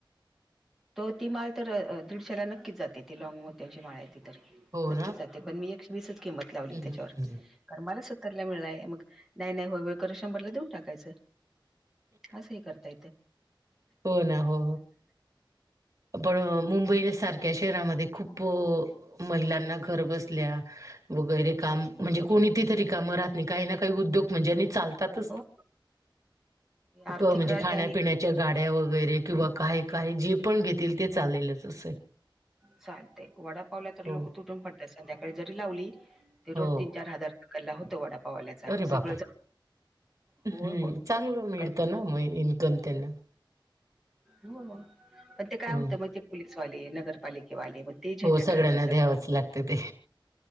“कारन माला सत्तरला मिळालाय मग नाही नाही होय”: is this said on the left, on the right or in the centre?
Centre